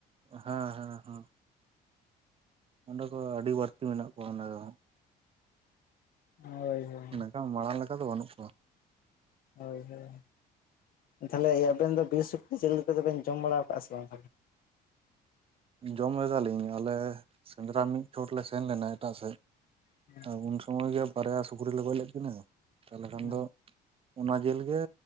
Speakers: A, on the right; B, on the left.
A: ᱦᱟᱸ ᱦᱟᱸ ᱦᱟᱸᱱ ᱚᱸᱰᱮ ᱠᱚ ᱟᱹᱰᱤ ᱵᱟᱹᱲᱛᱤ ᱢᱮᱱᱟᱜ ᱠᱚᱣᱟ ᱚᱱᱮᱫᱚ
B: ᱦᱳᱭ ᱦᱳᱭ
A: ᱢᱮᱱᱠᱷᱟᱱ ᱢᱟᱲᱟᱝ ᱞᱮᱠᱟ ᱫᱚ ᱵᱟᱹᱱᱩᱜ ᱠᱚᱣᱟ᱾
B: ᱦᱳᱭ ᱦᱳᱭ ᱮᱠᱷᱟᱱ ᱞᱟᱭ ᱟᱵᱤᱱ ᱫᱚ ᱵᱤᱨ ᱥᱚᱠᱨᱤ ᱡᱤᱞᱤ ᱠᱚᱫᱚ ᱵᱮᱱ ᱡᱚᱢ ᱵᱟᱲᱟ ᱠᱟᱜ-ᱟ ᱥᱮ ᱵᱟᱝ?
A: ᱡᱚᱢ ᱞᱮᱫᱟᱞᱤᱧ ᱟᱞᱮ ᱥᱮᱸᱫᱽᱨᱟ ᱢᱤᱫ ᱪᱚᱴ ᱞᱮ ᱥᱮᱱ ᱞᱮᱱᱟ ᱮᱴᱟᱜ ᱥᱮᱫ
B: ᱦᱮᱸ
A: ᱟᱨ ᱩᱱ ᱥᱚᱢᱚᱭ ᱜᱮ ᱵᱟᱨᱭᱟ ᱥᱩᱠᱨᱤ ᱞᱮ ᱜᱚᱡᱽ ᱞᱮᱫ ᱠᱤᱱᱟᱹ ᱛᱟᱞᱦᱮ ᱠᱷᱟᱱ
B: ᱦᱮᱸ
A: ᱫᱚ ᱚᱱᱟ ᱡᱤᱞ ᱜᱮ